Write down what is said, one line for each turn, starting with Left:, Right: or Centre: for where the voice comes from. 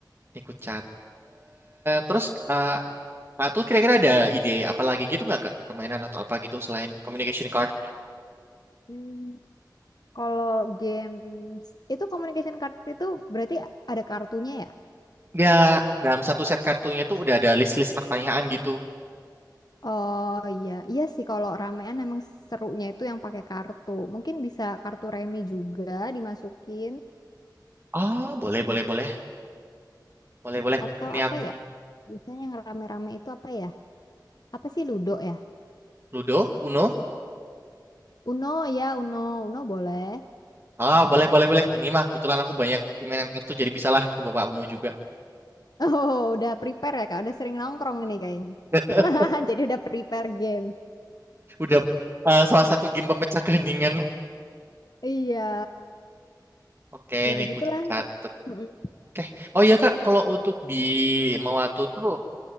Right: ini ku catat. Terus, eh, Nah, terus kira-kira ada ide apa lagi gitu nggak ke permainan atau apa gitu selain communication card?
Left: Hmm, kalau games itu communication card itu berarti ada kartunya ya?
Right: Ya, dalam satu set kartunya itu udah ada list-list pertanyaan gitu.
Left: Oh iya, iya sih kalau ramean emang serunya itu yang pakai kartu. Mungkin bisa kartu remi juga dimasukin
Right: Ah, boleh, boleh, boleh. Boleh, boleh.
Left: atau
Right: Ini
Left: apa
Right: aku
Left: ya? Biasanya yang rame-rame itu apa ya? Apa sih Ludo ya?
Right: Ludo, Uno.
Left: Uno ya, Uno, Uno boleh. <laughs>
Right: Ah, boleh, boleh, boleh. Ini mah kebetulan aku banyak permainan kartu jadi bisalah aku bawa Uno juga.
Left: Oh, udah prepare ya Kak, udah sering nongkrong ini kayaknya.
Right: <laughs>
Left: <laughs> Jadi udah prepare game.
Right: Udah eh, salah satu game pemecah keheningan.
Left: Iya,
Right: Oke,
Left: ya
Right: ini
Left: begitulah.
Right: ku catet.
Left: Mm-mm.
Right: Oke. Oh iya Kak, kalau untuk di Mawatu tuh